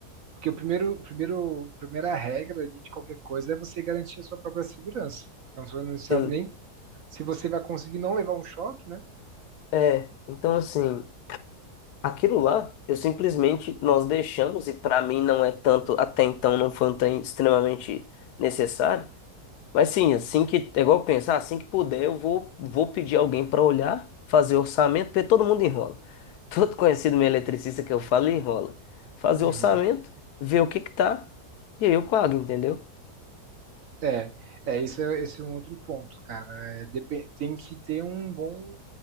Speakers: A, on the right; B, on the left.
A: porque o primeiro, primeiro, primeira regra ali de qualquer coisa é você garantir a sua própria segurança. Então você não sabe
B: Sim.
A: nem se você vai conseguir não levar um choque, né?
B: É, então assim. Aquilo lá, eu simplesmente nós deixamos, e para mim não é tanto, até então não foi um trem extremamente necessário, mas sim, assim que, é igual pensar, assim que puder, eu vou, vou pedir alguém para olhar, fazer orçamento, porque todo mundo enrola. <laughs> Todo conhecido meu eletricista que eu falo enrola. Fazer
A: Uhum.
B: orçamento, ver o que que tá, e aí eu pago, entendeu?
A: É, é esse é, esse é um outro ponto, cara. É, depe- tem que ter um bom,